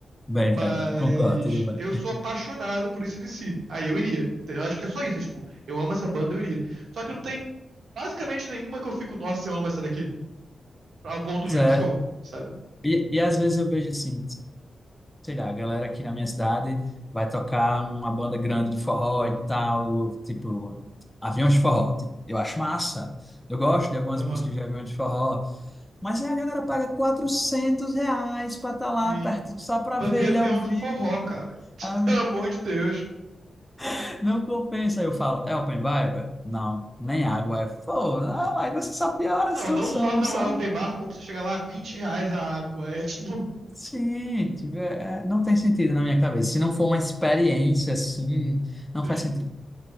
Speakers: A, in the centre; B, on the right.
A: Bem,
B: Mas
A: velho, me concordo, tudo bem.
B: eu sou apaixonado por esse DC. Aí eu iria. Entendeu? Eu acho que é só isso. é tipo, eu amo essa banda, eu iria. Só que não tem basicamente nenhuma que eu fico, nossa, eu amo essa daqui. Ao ponto
A: Pois
B: de ir
A: é,
B: num show, sabe?
A: e, e às vezes eu vejo assim, sei lá, a galera aqui na minha cidade vai tocar uma banda grande de forró e tal, tipo, Aviões de Forró. tipo, Eu acho massa, eu gosto de algumas
B: Aham.
A: músicas de Aviões de Forró, Mas aí a galera paga 400 reais para estar lá
B: Sim.
A: perto, só para
B: Pra
A: ver
B: ver
A: ele
B: aviões
A: ao vivo.
B: do forró, cara. <laughs>
A: Ah,
B: Pelo amor de Deus.
A: <laughs> Não compensa. Aí eu falo, é open bar? Não, nem água. Aí falo, Pô, não, aí você só piora
B: Não,
A: a situação,
B: não só não
A: sabe?
B: é open bar, como você chega lá, 20 reais a água. É <laughs> tipo.
A: Sim, tipo, é- é, não tem sentido na minha cabeça. Se não for uma experiência assim, não
B: Sim.
A: faz sentido.